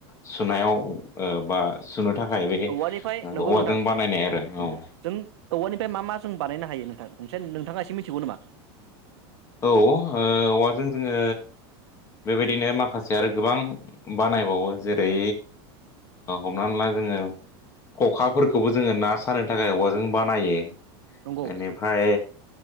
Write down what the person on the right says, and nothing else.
औवानिफ्राय
नंगौ नोंथां
नंगौ
जों औवानिफ्राय मा मा जों बानायनो हायो नोंथां नों नोंथाङा एसे मिथिगौ नामा
नंगौ